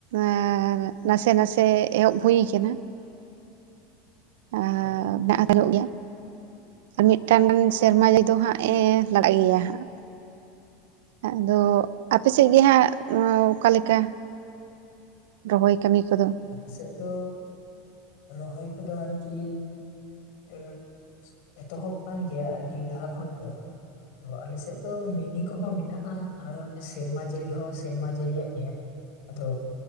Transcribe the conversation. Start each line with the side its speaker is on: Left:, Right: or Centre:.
Right: ᱟᱨ ᱱᱟᱥᱮ ᱱᱟᱥᱮ ᱮᱦᱚᱵ ᱦᱩᱭ ᱟᱠᱟᱱᱟ ᱦ
Left: ᱦ
Right: ᱢᱮᱱᱟᱜ ᱦᱟᱛᱚᱜ ᱜᱮᱭᱟ ᱟᱨ ᱢᱤᱫᱴᱟᱝ ᱥᱮᱨᱢᱟ ᱡᱮ ᱫᱚ ᱦᱟᱸᱜ ᱮ ᱞᱟᱲᱟᱜ ᱜᱮᱭᱟ ᱦᱟᱸᱜ ᱟᱫᱚ ᱟᱯᱮ ᱥᱮᱫ ᱜᱮ ᱦᱟᱸᱜ ᱚᱠᱟᱞᱮᱠᱟ ᱨᱚᱦᱚᱭ ᱠᱟᱹᱢᱤ ᱠᱚᱫᱚ
Left: ᱟᱞᱮ ᱥᱮᱫ ᱫᱚ ᱨᱚᱦᱚᱭ ᱠᱚᱫᱚ ᱟᱨᱠᱤ <unintelligible> ᱮᱛᱚᱦᱚᱵ ᱠᱟᱱ ᱜᱮᱭᱟ ᱟᱹᱰᱤ ᱞᱟᱦᱟ ᱠᱷᱚᱱ ᱜᱮ ᱛᱚ ᱟᱞᱮ ᱥᱮᱫ ᱫᱚ ᱢᱤᱱᱤ ᱠᱚᱦᱚᱸ ᱢᱮᱱᱟᱜᱼᱟ ᱟᱨ ᱥᱮᱨᱢᱟ ᱡᱟᱹᱲᱤ ᱦᱚᱸ ᱥᱮᱨᱢᱟ ᱡᱟᱹᱲᱤᱭᱟᱜ ᱜᱮ ᱟᱫᱚ